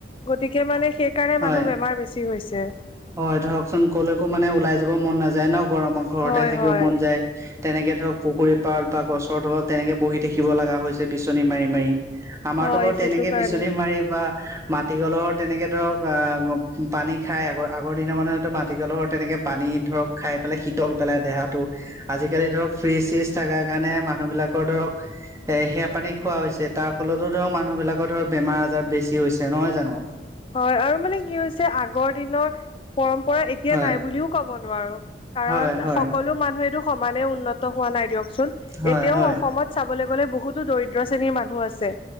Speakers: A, on the left; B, on the right.
A: গতিকে মানে সেইকাৰণে
B: হয়
A: মা- মাৰ বেছি হৈছে।
B: হয় ধৰকচোন, ক'লেকো মানে ওলাই যাব মন নাযায় ন গৰমত, ঘৰতে
A: হয়
B: থাকিব
A: হয়।
B: মন যায়। তেনেকে ধৰক পুখুৰী পাৰত বা গছৰ তলত তেনেকে বহি থাকিব লগা হৈছে বিচনী মাৰি মাৰি। আমাৰতো
A: হয়
B: বাৰু তেনেকে
A: সেইটো কাৰণে।
B: বিচনী মাৰি বা- মাটিকলহৰ তেনেকে ধৰক অঁ, পানী খাই আকৌ- আগৰ দিন মানুহেটো মাটিকলহ তেনেকে পানী ধৰক খাই পেলাই শীতল পেলাই দেহাটো। আজিকালি ধৰক ফ্ৰিজ-চিজ থকাৰ কাৰণে মানুহবিলাকৰ ধৰক- এ, সেয়া পানী খোৱা হৈছে, তাৰ ফলতো ধৰক মানুহ বিলাকৰ ধৰক বেমাৰ আজাৰ বেছি হৈছে, নহয় জানো?
A: হয়, আৰু মানে কি হৈছে আগৰ দিনৰ পৰম্পৰা এত- তিয়া
B: হয়
A: নাই বুলিও ক'ব নোৱাৰো, কাৰণ
B: হয় হয়
A: সকলো মানুহেটো সমানে উন্নত হোৱা নাই দিয়কচোন।
B: হয়
A: এতিয়াও
B: হয়
A: অসমত চাবলে গলে বহুতো দৰিদ্ৰ শ্ৰেণীৰ মানুহ আছে,